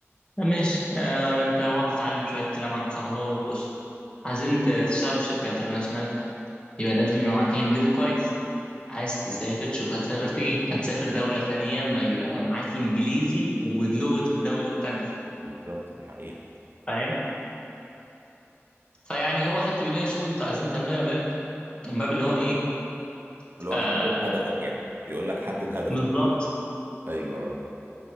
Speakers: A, on the left; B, on the right.
A: آه، ماشي آه انت اقعد اتعلم شويه كلام عن كهرباء وخش عايزين تشتغلوا في شركه انترناشونال يبقى لازم يبقى معاك الانجليزي كويس عايز تسافر
B: أكيد.
A: شوف هتسافر فين هتسافر دولة تانية ما يبقى معاك إنجليزي ولغة الدولة التانية
B: بالظبط دي حقيقه
A: فاهم فيعني هو حتى بيقول لنا شوفوا أنتوا عايزين تعملوا إيه يا أولاد من باب اللي هو إيه
B: اللي هو
A: آه
B: حدد هدفك يعني بيقول لك حدد هدفك
A: بالظبط
B: ايوه آه.